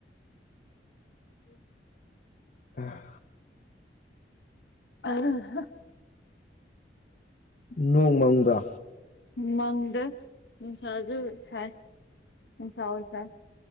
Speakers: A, on the left (about 70°); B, on the left (about 50°).
A: <inaudible>
B: ꯑꯥ
A: ꯑꯍ ꯍꯥ
B: ꯅꯣꯡ ꯃꯪꯕ꯭ꯔꯥ
A: ꯃꯪꯗꯦ ꯅꯨꯡꯁꯥꯖꯨ ꯁꯥꯏ ꯅꯨꯡꯁꯥ ꯑꯣꯏ ꯁꯥꯏ